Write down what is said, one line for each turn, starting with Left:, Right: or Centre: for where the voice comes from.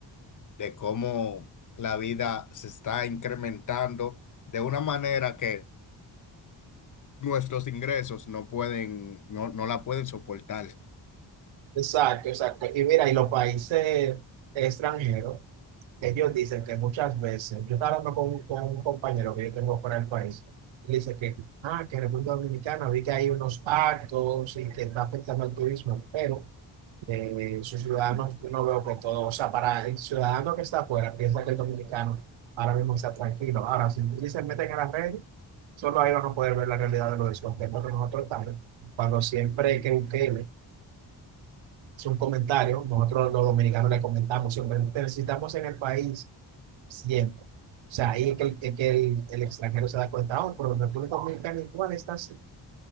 Left: de cómo la vida se está incrementando de una manera que nuestros ingresos no pueden, no, no la pueden soportar.
Right: Exacto, exacto. Y mira, y los países extranjeros, ellos dicen que muchas veces, yo estaba hablando con, con un compañero que yo tengo fuera del país, y dice que, ah, que en República Dominicana vi que hay unos actos y que está afectando al turismo, pero eh, sus ciudadanos, yo no veo que todo, o sea, para el ciudadano que está afuera, piensa que el dominicano ahora mismo está tranquilo. Ahora, si se meten en las redes, solo ahí van a poder ver la realidad de los descontentos que nosotros estamos, cuando siempre que busquen es un comentario. Nosotros los dominicanos le comentamos siempre, necesitamos en el país siempre. O sea, ahí es que el, es que el, el extranjero se da cuenta, oh, pero en República Dominicana igual está así.